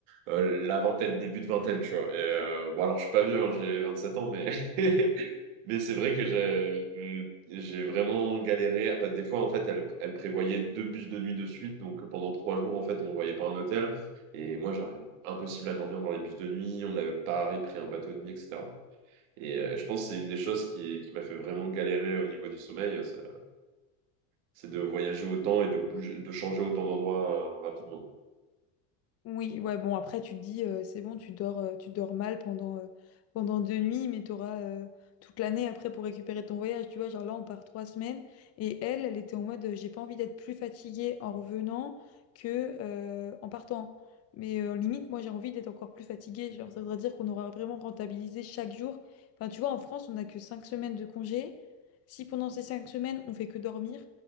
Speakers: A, on the right; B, on the left.
A: euh, la vingtaine, début de vingtaine, tu vois. Et, euh, bon, alors je suis pas vieux, hein, j'ai sept ans, mais <laughs> mais c'est vrai que j'ai euh, j'ai vraiment galéré. Enfin, des fois, en fait, elle, elle prévoyait deux bus de nuit de suite, donc pendant trois jours, en fait, on ne voyait pas un hôtel. Et moi, j'arrivais impossible à dormir dans les bus de nuit. On avait pareil pris un bateau de nuit, etc. Et euh, je pense que c'est une des choses qui, qui m'a fait vraiment galérer au niveau du sommeil, ça. c'est de voyager autant et de bouger, de changer autant d'endroits euh, rapidement.
B: Oui, ouais, bon, après, tu te dis, euh, c'est bon, tu dors, euh, tu dors mal pendant, euh, pendant deux nuits, mais tu auras euh, toute l'année après pour récupérer ton voyage. Tu vois, genre là, on part trois semaines. Et elle, elle était en mode, euh, j'ai pas envie d'être plus fatiguée en revenant que euh, en partant. Mais euh, limite, moi, j'ai envie d'être encore plus fatiguée. Genre, ça voudrait dire qu'on aura vraiment rentabilisé chaque jour. Enfin, tu vois, en France, on n'a que cinq semaines de congé. Si pendant ces cinq semaines, on fait que dormir,